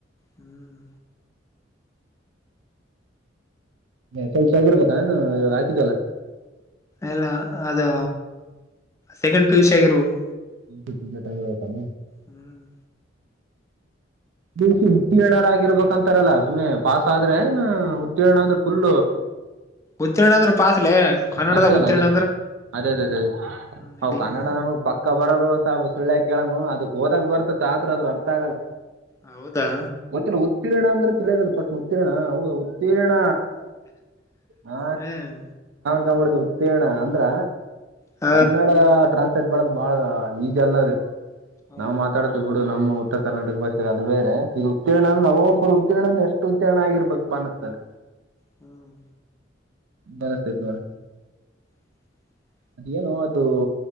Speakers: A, on the left; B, on the right.
A: ಹ್ಮ್
B: ಸ್ವಲ್ಪ ಹಗಿಡ್ಬೇಕ ನಾನು ಇವಾಗ ಹಾಕಿದ್ದಲ್ಲ
A: ಎಲ್ಲ ಅದು ಸೆಕೆಂಡ್ ಪಿಯುಷ್ ಆಗಿರ್ಬೇಕು
B: ಮ ತು ಟೈಗಡೆ ಹತಾನ
A: ಹ್ಮ್
B: ದಿವಸ ಉತ್ತೀರ್ಣರಾಗಿರ್ಬೇಕಂತಾರಲ್ಲ ಸುಮಮ್ಮನೆ ಪಸ್ ಆದ್ರೆ ಉತ್ತೀರ್ಣ ಅಂದ್ರೆ ಫುಲ್
A: ಉತ್ತೀರ್ಣ ಅಂದ್ರ ಪಾತ್ಲೆ ಕನ್ನಡದಾಗ
B: ಅಷ್ಟೇ ಅಲ್ಲ
A: ಉತ್ತೀರ್ಣ
B: ಅದೇ ಅದೇ ಅದೇ ಅದೇ ಅದೇ
A: ಹ್ಮ
B: ಹೌ ಕನ್ನಡ ನಮಗೆ ಪಕ್ಕ ಬರಲು ಸಹ ಕೆಳಮು ಅದಕ್ ಹೋದಾಗ ಬರ್ತತ್ತತ್ ಆದ್ರ ಅ್ರ ಅರ್ಥ ಆಗಲ್ಲ
A: ಹೌದಾ
B: ಗೊತ್ತಿಲ್ಲ ಉತ್ತೀರ್ಣ ಅಂದ್ರೆ ತಿಳಿಯೋದಲ್ಲಿ ಪಟ್ ಉತ್ತೀರ್ಣ ಹೌದ ತೀರಣ ಹ
A: ಹ್ಮ್
B: ಕಡುದು ಉತ್ತೀರ್ಣ ಅಂದ್ರ
A: ಹ
B: ಕನ್ನಡ ಟ್ರಾನ್ಸ್ ೆಟ್ ಬಡದು ಬಾಳ ಈಜಿ ಅಲ್ಲ ಅದೆ
A: ಹೌದೌದು
B: ನಾವು ಮಾತಾಡತಿೇ ಬಿಡು ನಮ್ಮ ಉತ್ತರ ಕರ್ನಾಟಕ ಭಾಷೆ ಅದು ಬೇರೆ ಇದು ಉತ್ತೀರ್ಣ
A: ಹ್ಮ್
B: ನಾವೊಬ್ಬರು ಉತ್ತೀರ್ಣ ಎಷ್ಟು ಉತ್ತೀರ್ಣ ಆಗಿರ್ಬೇಕು ಪ ಅನಸ್ತದೆ
A: ಹ್ಮ್
B: ನತು ಮಾರ
A: <inaudible>
B: ಅದೇನು ಅದು